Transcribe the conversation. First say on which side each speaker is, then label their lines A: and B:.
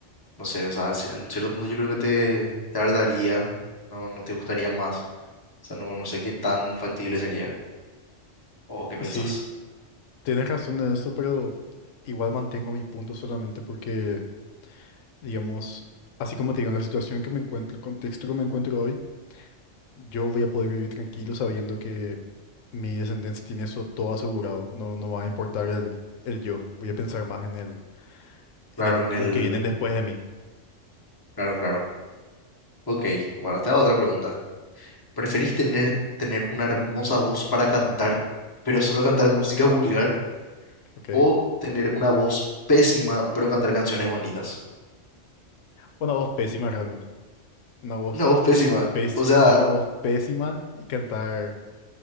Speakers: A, on the left; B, on the left.
A: no sé, o sea, si- en cierto punto yo creo que te tardaría, no, no te gustaría más. O sea, no, no sé qué tan factible sería. ¿O qué
B: Y
A: pensás?
B: sí, tienes razón en eso, pero igual mantengo mi punto solamente porque digamos, así como te digo, en la situación que me encuentro, el contexto que me encuentro hoy, yo voy a poder vivir tranquilo sabiendo que mi descendencia tiene eso todo asegurado. No, no va a importar el, el yo. Voy a pensar más en el,
A: Claro,
B: en el,
A: en el...
B: los que vienen después de mí,
A: Claro, claro. Ok, bueno, te hago otra pregunta. ¿Preferís tener, tener una hermosa voz para cantar, pero solo cantar música vulgar?
B: ¿ok?
A: ¿O tener una voz pésima, pero cantar canciones bonitas?
B: Una voz pésima realmente. Una voz
A: Una voz pésima,
B: pésima,
A: o sea,
B: sí, una voz pésima y cantar,